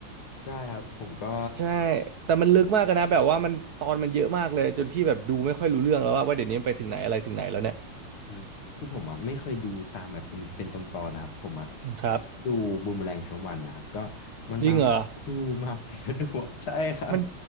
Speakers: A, on the left (about 85°); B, on the right (about 60°).
A: ใช่ครับผมก็
B: ใช่แต่มันลึกมากเลยนะแบบว่ามันตอนมันเยอะมากเลยจนพี่แบบดูไม่ค่อยรู้เรื่องแล้วว่าว่าเดี๋ยวนี้มันไปถึงไหนอะไรถึงไหนแล้วเนี่ย
A: อืมคือผมอ่ะไม่เคยดูตามแบบเป็นเป็นตอนๆนะครับผมอ่ะ
B: ครับ
A: ดูบูมแรงทั้งวันนะครับก็มันมาเมื่อไหร่ก็ดูมาเมื่อไหร่
B: จริงเหรอ
A: <laughs> ก็ดูอะใช่ครับ
B: มัน